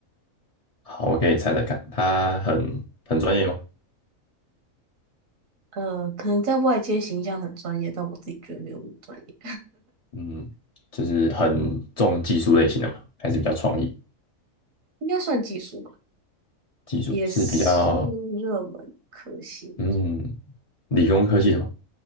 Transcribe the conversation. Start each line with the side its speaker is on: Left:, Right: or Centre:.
Left: 好，我可以猜猜看，他很很专业吗？
Right: 呃，可能在外界形象很专业，但我自己觉得没有那么专业，
Left: 嗯，就是很重技术类型的嘛，还是比较创意？
Right: 应该算技术吧，
Left: 记住是比较
Right: 也是热门科系的，
Left: 嗯理工科系的吗？